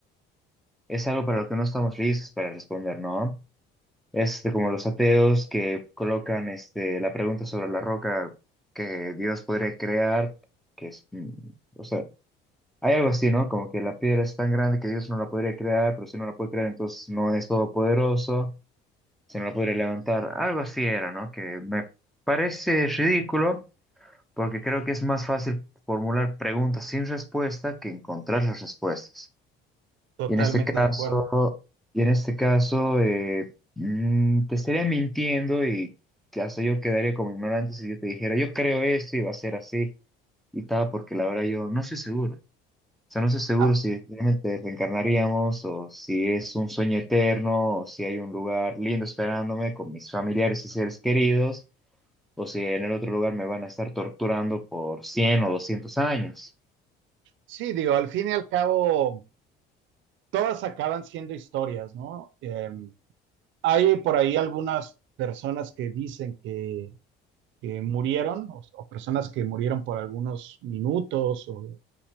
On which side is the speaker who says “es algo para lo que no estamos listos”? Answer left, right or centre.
Centre